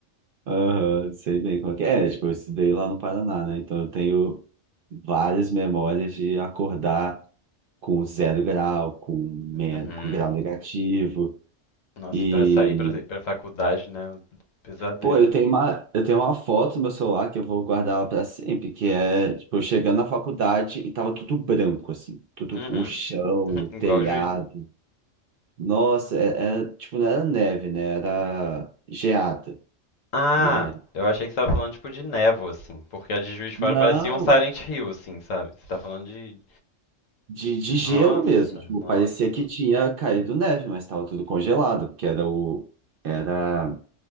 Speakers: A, on the right; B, on the left.
A: Aham, sei bem como que é. É, tipo, eu estudei lá no Paraná, né? Então eu tenho várias memórias de acordar com zero grau, com, men
B: Uhum.
A: com grau negativo.
B: Nossa,
A: e
B: e para sair para ir para faculdade, né? Pesadelo.
A: Pô, eu tenho uma, eu tenho uma foto no meu celular que eu vou guardar ela pra sempre, que é, tipo, eu chegando na faculdade e tava tudo branco, assim, tudo,
B: Uhum.
A: o chão,
B: <laughs>
A: o
B: Igual.
A: telhado. Nossa, é- era, tipo, não era neve, né? Era geada,
B: Ah,
A: mas...
B: eu achei que você tava falando tipo de névoa assim, porque a de Juiz de
A: Não,
B: Fora parecia um Silent Hill assim, sabe? Você tá falando de
A: de, de
B: Nossa,
A: gelo mesmo, tipo,
B: nossa.
A: parecia que tinha caído neve, mas tava tudo congelado, porque era o... Era...